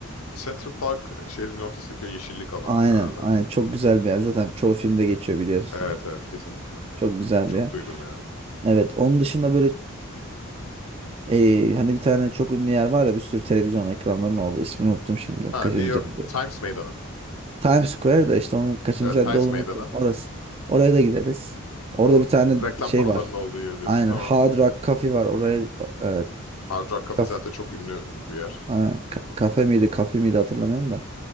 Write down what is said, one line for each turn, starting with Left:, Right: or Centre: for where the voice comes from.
Left: Central Park şehrin ortasındaki o yeşillik alan
Right: Aynen,
Left: herhalde.
Right: aynen çok güzel bir yer. Zaten çoğu filmde geçiyor biliyorsunuz.
Left: Evet evet kesinlikle.
Right: Çok güzel
Left: Çok
Right: bir yer.
Left: duydum yani.
Right: Evet, onun dışında böyle e, e, hani bir tane çok ünlü yer var ya bir sürü televizyon ekranlarının olduğu. İsmini unuttum şimdi.
Left: Ha
Right: Kaçıncı
Left: New York
Right: cadde?
Left: Times Meydanı.
Right: Times Square da işte onun kaçıncı
Left: Evet
Right: cadde
Left: Times
Right: olduğunu
Left: Meydanı.
Right: unuttum. Orası. Oraya da gideriz. Orada
Left: O
Right: bir tane
Left: reklam
Right: şey
Left: panolarının
Right: var.
Left: olduğu yer diyorsun.
Right: Aynen
Left: Tamam.
Right: Hard Rock Cafe var. Oraya e,
Left: Hard Rock Cafe
Right: kaf,
Left: zaten çok ünlü bir yer.
Right: e, ka- kafe miydi, kafe miydi hatırlamıyorum da.